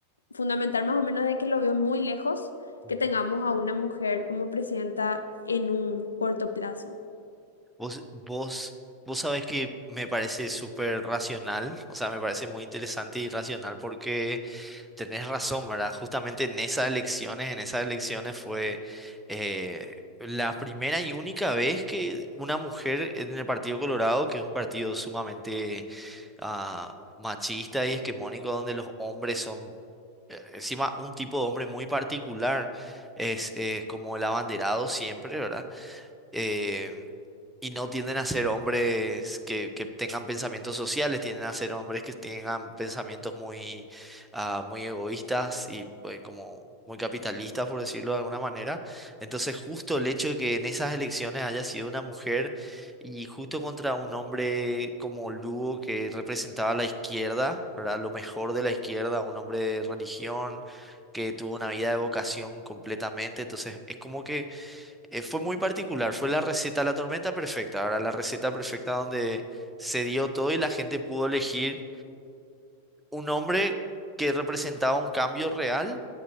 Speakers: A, on the left; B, in the centre.
A: fundamental más o menos de que lo veo muy lejos
B: Ujú.
A: que tengamos a una mujer como presidenta en un corto plazo.
B: Vos, vos, vos sabés que me parece súper racional, o sea, me parece muy interesante y racional porque Tenés razón, ¿verdad? Justamente en esas elecciones, en esas elecciones fue eh, la primera y única vez que una mujer en el Partido Colorado, que es un partido sumamente ah, machista y esquemónico, donde los hombres son, eh, encima, un tipo de hombre muy particular, es eh, como el abanderado siempre, ¿verdad? eh, y no tienden a ser hombres que, que tengan pensamientos sociales, tienden a ser hombres que tengan pensamientos muy, ah, muy egoístas y pues, como muy capitalistas, por decirlo de alguna manera. Entonces, justo el hecho de que en esas elecciones haya sido una mujer y justo contra un hombre como Lugo que representaba a la izquierda, ¿verdad? Lo mejor de la izquierda, un hombre de religión. que tuvo una vida de vocación completamente, entonces es como que eh, fue muy particular, fue la receta de la tormenta perfecta. Ahora, la receta perfecta donde se dio todo y la gente pudo elegir un hombre que representaba un cambio real